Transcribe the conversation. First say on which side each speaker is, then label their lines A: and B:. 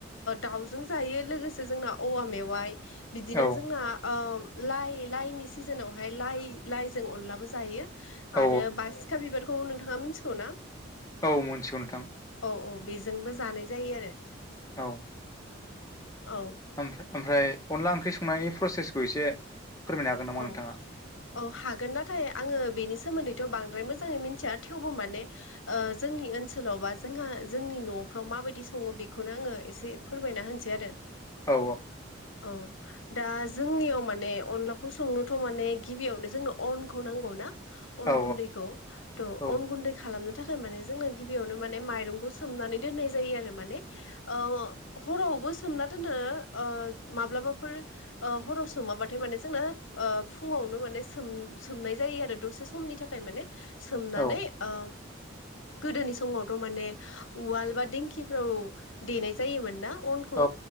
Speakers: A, on the left (about 75°); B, on the left (about 15°).
A: दाउजों जायो। लोगोसे जोंना औवा मेवाइ बिदिनो
B: औ औ
A: जोंना ओ लाइ लाइनि सिजोनावहाय लाइ लाइजों अनलाबो जायो
B: औ
A: आरो बासिखा बिबार खौ नोंथाङा मिथिगौ ना?
B: औ मोनथिगौ नोंथां।
A: औ औ बेजोंबो जानाय जायो आरो
B: औ
A: औ
B: ओमफ्राय अनला ओं ख्रि संनायनि प्रसेसखौ एसे फोरमायनो हागोन नामा
A: औ
B: नोंथाङा
A: औ हागोन नाथाय आङो बेनि सोमोन्दैथ' बांद्राय मोजाङै मिथिया थेवबो माने जोंनि ओ ओनसोलाव बा जोंहा जोंनि न' फ्राव माबादि सङो बेखौनो आङो एसे फोरमायना हो होनोसै आरो
B: औ
A: औ दा जोंनियाव माने अन लाखौ संनोथ' माने गिबियावनो जोंनो अनखौ नांगौ ना अन
B: औ
A: गुन्दैखौ थ'
B: औ
A: अन गुन्दै खालामनो थाखाय माने जोंना गिबियावनो माने माइरंखौ सोमनानै दोननाय जायो आरो माने अ हरावबो सोमना दोनो ओ माब्लाबाफोर ओ हराव‌ सोमाबाथाय माने जोंनो ओ फुङावनो माने सो सोमनाय जायो आरो दसे समनि थाखाय माने सोमनानै
B: औ
A: ओ गोदोनि समावथ' माने उवाल बा दिंखिफ्राव देनाय जायोमोन ना अनखौ
B: औ